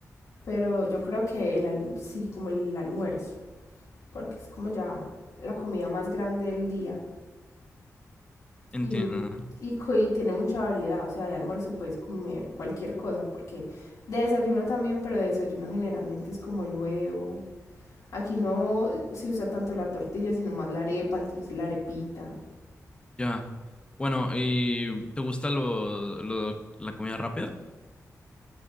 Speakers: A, on the left; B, on the left.
A: Pero yo creo que el alm- sí, como el almuerzo, porque es como ya la comida más grande del día
B: Entiendo.
A: y, y, co- y tiene mucha variedad, o sea, de almuerzo puedes comer cualquier cosa, porque de desayuno también, pero de desayuno generalmente es como el huevo. Aquí no se usa tanto la tortilla, sino más la arepa, entonces la arepita.
B: Ya. Bueno, ¿y te gusta lo, lo- la comida rápida?